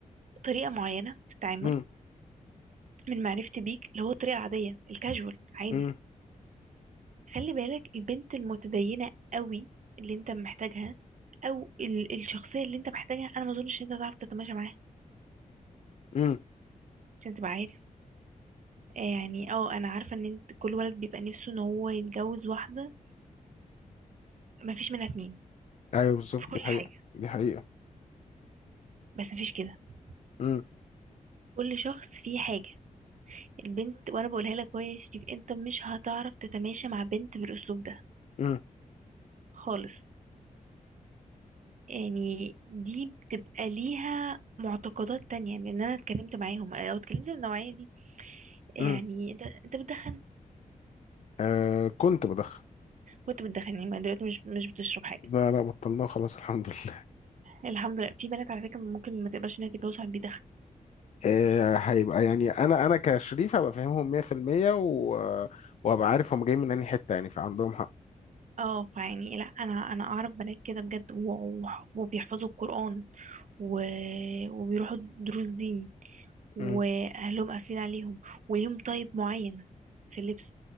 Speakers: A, on the right (about 60°); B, on the left (about 55°).
A: طريقه معينه في التعامل
B: مم.
A: من معرفتي بيك اللي هو الطريقة العادية الكاجوال عادي
B: مم.
A: خلي بالك البنت المتدينة قوي اللي انت محتاجها او ال- الشخصية اللي انت محتاجها انا ما اظنش ان انت تعرف تتماشى معاها
B: مم.
A: عشان تبقى عارف آه يعني اه انا عارفة ان انت كل ولد بيبقى نفسه ان هو يتجوز واحدة ما فيش منها اتنين
B: ايوه بالظبط
A: في كل
B: دي حقيقة
A: حاجة
B: دي حقيقة
A: بس ما فيش كده
B: امم
A: كل شخص فيه حاجة البنت وانا بقولها لك اهو يا شريف انت مش هتعرف تتماشى مع بنت بالاسلوب ده
B: امم
A: خالص يعني دي بتبقى ليها معتقدات تانية يعني ان انا اتكلمت معاهم او اتكلمت النوعية دي يعني
B: امم
A: انت انت بتدخن
B: آه كنت بدخن
A: وانت بتدخن يعني ما دلوقتي مش مش بتشرب حاجة
B: لا لا بطلناه خلاص الحمد لله
A: الحمد لله في بنات على فكرة ممكن ما تقبلش ان هي تتجوز واحد بيدخن
B: آه هيبقى يعني انا انا كشريف هبقى فاهمهم 100% و... وهبقى عارف هم جايين من انهي حتة يعني فعندهم حق
A: اه فيعني لا انا انا اعرف بنات كده بجد و- وبيحفظوا القرآن و... وبيروحوا دروس دين واهلهم
B: امم
A: قافلين عليهم وليهم طيب معين في اللبس